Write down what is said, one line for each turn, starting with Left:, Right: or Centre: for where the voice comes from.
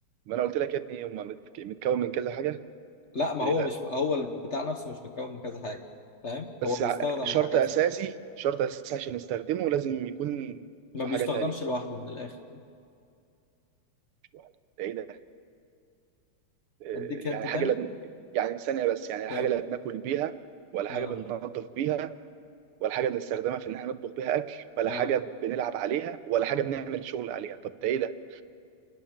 Right: ما انا قلت لك يا ابني هم متك- متكون من كذا حاجه قلت
Left: لا ما
Right: لي
Left: هو
Right: لا
Left: مش هو البتاع نفسه مش متكون من كذا حاجة فاهم
Right: بس
Left: هو بيستخدم
Right: ع- شرط
Left: مع كذا
Right: اساسي شرط اساسي عشان نستخدمه لازم يكون
Left: ما
Right: في
Left: بيستخدمش
Right: حاجه تانية
Left: لوحده من الآخر
Right: مش لوحده ده ايه ده آه،
Left: أديك هنت
Right: يعني
Left: تاني
Right: حاجه لا يعني ثانيه بس يعني
Left: كام
Right: حاجه لا بناكل بيها ولا
Left: اه
Right: حاجه بننظف بيها ولا حاجه بنستخدمها في ان احنا نطبخ بيها اكل ولا
Left: اه
Right: حاجه بنلعب عليها ولا حاجه بنعمل شغل عليها طب ده ايه ده